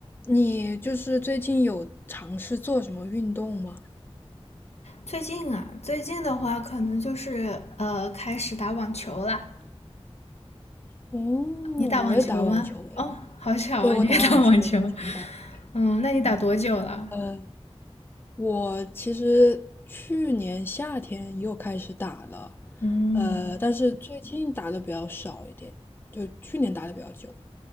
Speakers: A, on the left; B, on the left.
A: 你就是最近有尝试做什么运动吗？
B: 最近啊，最近的话可能就是呃开始打网球了。
A: 哦，我也打网球诶，
B: 你打网球吗？哦，好巧啊，
A: 对，我打网球，
B: 你也打网球。
A: 我很喜欢打网
B: 嗯，那你打多久了？
A: 球。呃，我其实去年夏天又开始打了，
B: 嗯
A: 呃，但是最近打的比较少一点，就去年打的比较久。